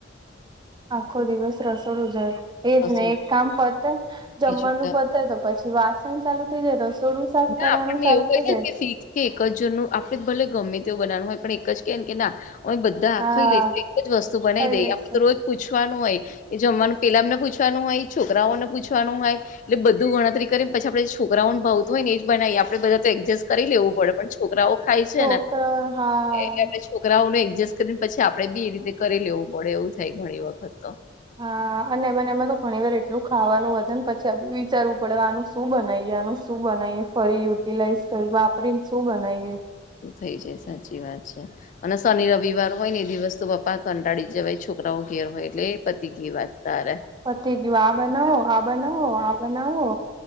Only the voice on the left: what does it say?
રસોડું
બીજું કાંઈ
ના
આપણને
એવું કહે
છે
કે શીખ- કે એક જનું આપડે ભલે ગમે તેવું બનાવવાનું હોય પણ એક જ કે કે ના- બધાખી
લઈ તો એક જ વસ્તુ બનાવી
દઈએ
આપડે તો રોજ- પૂછવાનું હોય એ જમવાનું પેલામને પૂછવાનું હોય છોકરાઓને પૂછવાનું હોય- એટલે બધું ગણતરી કરીે, પછી આપડે છોકરાઓ ભાવ હોય ને, એ જ બનાવી આપડે બધા તો એડજસ્ટ કરી લેવું પડે. પણ છોકરાઓ ખાય છે
ને?
એટલે આપણે છોકરાઓને એડજસ્ટ કરીને પછી આપડણે બી એ રીતે કરી લેવું પડે એવું થાય ઘણી વખત તો-
શું થઈ જાય સાચી વાત છે અને શનિ રવિવાર- હોય ને એ દિવસ તો પપ્પા કંટાળી જવાય છોકરાઓ ઘેર હોય એટલે એ પતિ ઘી વાત તારે-